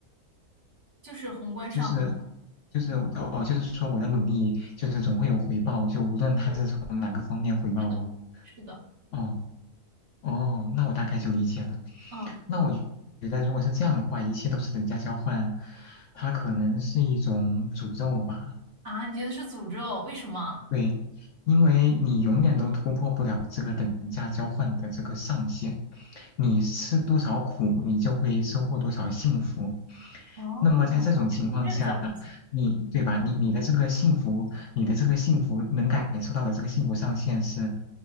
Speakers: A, on the right; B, on the left.
A: 就是宏观上的。
B: 就是就是哦，就是说我的努力就是总会有回报，就无论他是从哪个方面回报我。
A: 对，是的，是的，
B: 哦哦，那我大概就理解了。
A: 嗯，
B: 那我觉觉得如果是这样的话，一切都是等价交换，它可能是一种诅咒吧。
A: 啊，你觉得是诅咒？为什么？
B: 对，因为你永远都突破不了这个等价交换的这个上限，你吃多少苦，你就会收获多少幸福。
A: 哦，
B: 那么在这种情况下，
A: 你是从这个角度想，
B: 你对吧？
A: 嗯
B: 你你的这个幸福，你的这个幸福能感受到的这个幸福上限是